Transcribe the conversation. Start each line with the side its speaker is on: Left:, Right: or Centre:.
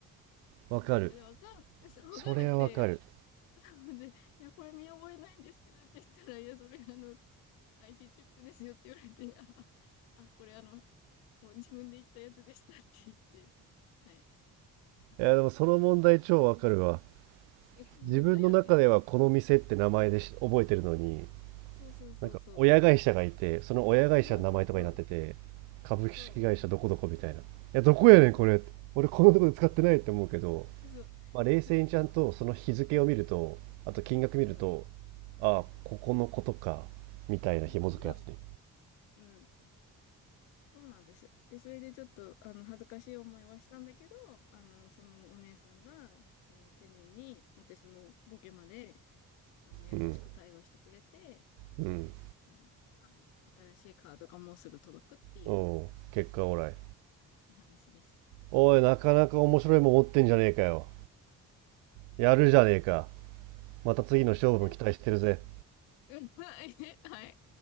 Right: わかる。
Left: いや、でもわかん、<laughs> そうわかんなくて、
Right: それはわかる。
Left: いや、そうでいや、これ見覚えないんですけどって言ったら、いや、それあの、IC チップですよって言われて、あ、あこれあの、もう自分で言ったやつでしたって言って、はい、あの、
Right: いや、でもその問題超わかるわ。
Left: そこ。<laughs> えだよね。
Right: 自分の中ではこの店って名前でし覚えてるのに、
Left: そうそうそうそ
Right: なんか親会社がいて、その親会社の名前とかになってて、
Left: う。そうそうそう。
Right: 株式会社どこどこみたいな。
Left: そう、
Right: いや、どこやねん、
Left: そう、
Right: これ。俺このとこで使ってないって思うけど、
Left: うんそう、そう、
Right: まあ、冷静にちゃんとその日付を見ると、
Left: うん、
Right: あと金額見ると、
Left: う
Right: ああ、ここのことか、みたいな紐づくやつね。
Left: ん、そう、うん。そうなんですよ。で、それでちょっと、あの、恥ずかしい思いはしたんだけど、あの、そのお姉さんが、そういう丁寧に、私のボケまで、あの、優しく対応してくれて、
Right: うん、うん、
Left: はい。あの、新しいカードがもうすぐ届くっていう、
Right: おう結果オーライ。
Left: おお話です。
Right: おい、なかなか面白いもん持ってんじゃねえかよ。やるじゃねえか。また次の勝負も期待してるぜ。
Left: やった。うん、はい。はい